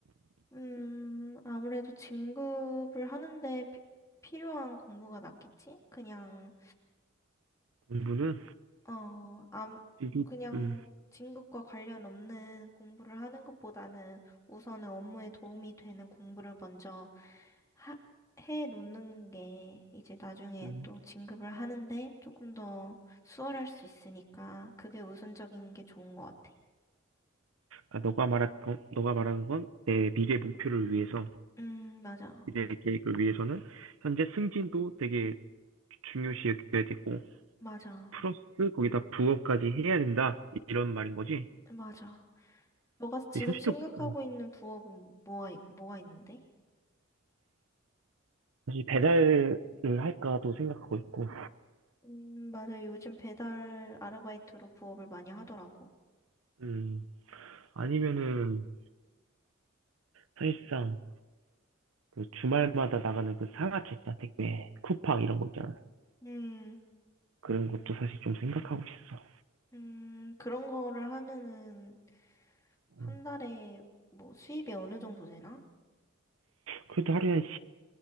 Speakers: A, on the left; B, on the right.
A: 음, 아무래도 진급을 하는데 피- 필요한 공부가 낫겠지? 그냥
B: 공부는
A: 어, 암,
B: 미리
A: 그냥
B: 음,
A: 진급과 관련 없는 공부를 하는 것보다는 우선은 업무에 도움이 되는 공부를 먼저 하, 해 놓는 게 이제 나중에
B: 음.
A: 또 진급을 하는데 조금 더 수월할 수 있으니까 그게 우선적인 게 좋은 것 같아.
B: 아 너가 말한 건 너가 말하는 건 내 미래 목표를 위해서
A: 음, 맞아.
B: 미래 계획을 위해서는 현재 승진도 되게 중요시 여겨야 되고
A: 맞아.
B: 플러스 거기다 부업까지 해야 된다 이런 말인 거지.
A: 맞아. 너가 지금
B: 근데 현실적으로
A: 생각하고
B: 음,
A: 있는 부업은 뭐가, 뭐가 있는데?
B: 사실 배달을 할까도 생각하고 있고,
A: 음, 맞아. 요즘 배달 아르바이트로 부업을 많이 하더라고.
B: 음, 아니면은 사실상 그 주말마다 나가는 그 상하차 택배 쿠팡 이런 거 있잖아.
A: 음.
B: 그런 것도 사실 좀 생각하고 있어.
A: 음, 그런 거를 하면은
B: 음,
A: 한 달에 뭐 수입이 어느 정도 되나?
B: 그래도 하루에 한 10,